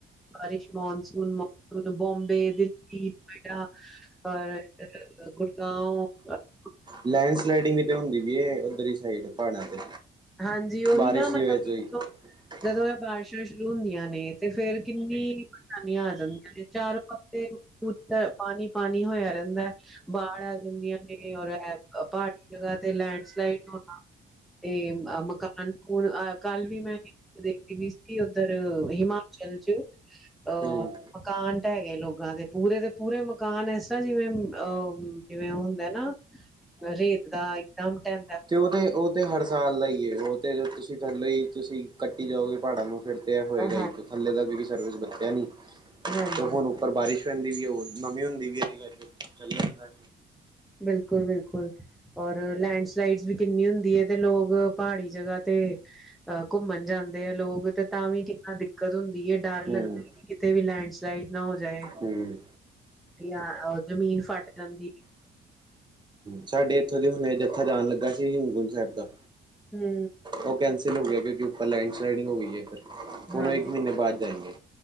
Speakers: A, in the centre; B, on the right.
A: ਬਾਰਿਸ਼ ਮੋਨਸੂਨ ਬੋਮਬੇ, ਦਿੱਲੀ, ਨੋਇਡਾ ਪਰ <unintelligible> ਗੁੜਗਾਓ <inaudible>
B: ਲੈਡੰ ਸਲਾਇਡਿੰਗ ਵੀ ਤੇ ਹੁੰਦੀ ਪਇਏ। ਓੱਧਰ ਦੀ ਸਾਈਡ ਪਾੜਾ ਤੇ।
A: ਹਾਂਜੀ, ਉਹੀ
B: ਬਾਰਿਸ਼
A: ਨਾ ਮਤਲਬ
B: ਦੀ ਵਜ੍ਹਾ <inaudible>
A: ਜਦੋਂ ਐ ਬਾਰਸ਼ਾਂ ਸ਼ੁਰੂ ਹੁੰਦੀਆਂ ਨੇ, ਤੇ ਫੇਰ ਕਿੰਨੀ ਪਰੇਸ਼ਾਨੀਆਂ ਆ ਜਾਂਦੀਆਂ ਨੇ ਚਾਰੋ ਪਾ ਤੇ <unintelligible> ਪਾਣੀ-ਪਾਣੀ ਹੋਇਆ ਰਹਿੰਦਾ। ਬਾੜ ਆ ਜਾਂਦੀਆਂ ਨੇ, ਔਰ ਪਾੜੀ ਜਗ੍ਹਾ ਤੇ ਲੈਂਡਸਲਾਈਡ ਹੋਨਾ। ਤੇ ਮਕਾਨ-ਮਕੂਨ ਅ, ਕੱਲ ਵੀ ਮੈਂ ਦੇਖੀ ਵੀ ਸੀ, ਉੱਧਰ ਹਿਮਾਚਲ ਚ‌ ਅ
B: ਹਮ
A: ਮਕਾਨ ਟੈ ਗੇ ਲੋਗਾਂ ਦੇ, ਪੂਰੇ ਦੇ ਪੂਰੇ ਮਕਾਨ। ਏਸ ਤਰ੍ਹਾਂ, ਜਿਵੇਂ ਔ ਜਿਵੇਂ ਉਹ ਹੁੰਦਾ ਨਾ ਰੇਤ ਦਾ ਇੱਕਦਮ ਟੈ
B: ਤੇ ਔਹ ਤੇ, ਔਹ ਤੇ, ਹਰ ਸਾਲ ਦਾ ਈ ਏ, ਔ ਤੇ ਜੇ ਤੁਸੀਂ ਥੱਲੇ ਈ ਤੁਸੀਂ ਕੱਟੀ ਜਾਓਗੇ, ਪਾੜਾਂ ਨੂੰ ਫੇਰ ਤੇ ਐ ਹੋਏਗਾ ਈ,
A: ਹਾਂ
B: ਥੱਲੇ ਦਾ ਕਿਉਂ ਸਰਵਿਸ ਦੱਸਿਆ ਨੀ,
A: ਹਾਂਜੀ
B: ਤੇ ਹੁਣ ਉੱਪਰ ਬਾਰਿਸ਼ ਪੈਂਦੀ ਵੀ ਏ, ਹੋਰ ਨਵੀ ਹੁੰਦੀ ਵੀ ਔ, ਚੱਲਿਆ ਜਾਂਦਾ।
A: ਹੂੰ, ਬਿਲਕੁਲ-ਬਿਲਕੁਲ। ਔਰ ਲੈਂਡਸਲਾਈਡਸ ਵੀ ਕਿੰਨੀ ਹੁੰਦੀ ਏ, ਤੇ ਲੋਕ ਪਹਾੜੀ ਜਗ੍ਹਾਂ ਤੇ ਅ ਘੁੰਮਣ ਜਾਂਦੇ ਐ ਲੋਕ, ਤੇ ਤਾਂ ਵੀ ਕਿੰਨਾ ਦਿੱਕਤ ਹੁੰਦੀ ਏ, ਡਰ ਲੱਗਦਾ
B: ਹੂੰ
A: ਏ। ਕਿਤੇ ਵੀ ਲੈਂਡਸਲਾਈਡ ਨਾ ਹੋ ਜਾਏ,
B: ਹੂੰ
A: ਯਾ ਜ਼ਮੀਨ ਫਟ ਜਾਂਦੀ।
B: ਸਾਡੇ ਏਥੋਂ ਦੇ ਹੁਣੇ ਜੱਥਾ ਜਾਣ ਲੱਗਾ ਸੀ, ਹੇਮਕੁੰਟ ਸੈਬ ਦਾ।
A: ਹੂੰ,
B: ਔਹ ਕੈਂਸਲ ਹੋ ਗਿਆ, ਕਿਉਂਕਿ ਉੱਪਰ ਲੈਂਡ ਸਲਾਈਡਿੰਗ ਹੋ ਗਈ ਏ, ਫਿਰ ਹੁਨ
A: ਹਾਂਜੀ।
B: ਔਹ ਇੱਕ ਮਹੀਨੇ ਬਾਅਦ ਜਾਏਂਗੇ।